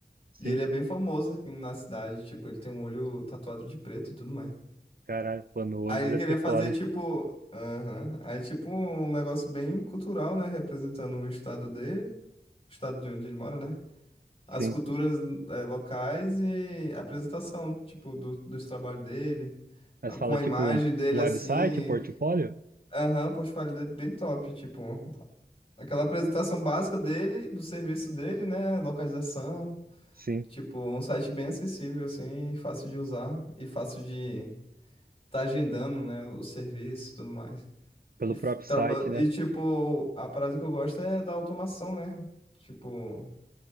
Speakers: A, on the right; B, on the left.
A: Sim.
B: E ele é bem famoso aqui na cidade. Tipo, ele tem um olho tatuado de preto e tudo mais.
A: Caralho, pô, no olho
B: Aí ele
A: vai
B: queria
A: ser
B: fazer
A: foda, hein?
B: tipo. Aham. Aí tipo um negócio bem cultural, né? Representando o estado dele. o estado de onde ele mora, né? As
A: Sim.
B: culturas eh, locais e a apresentação, tipo, do, dos trabalhos dele,
A: Mas
B: a-
A: fala
B: com a
A: tipo
B: imagem
A: um,
B: dele
A: um website,
B: assim.
A: um portfólio?
B: Aham, o portfólio dele bem top, tipo, aquela apresentação básica dele, do serviço dele, né? Localização.
A: Sim.
B: Tipo, um site bem acessível, assim, fácil de usar e fácil de estar agendando, né? O serviço e tudo mais.
A: Pelo
B: E, f-
A: próprio
B: traba-
A: site, né?
B: e, tipo, a parada que eu gosto é da automação, né? Tipo,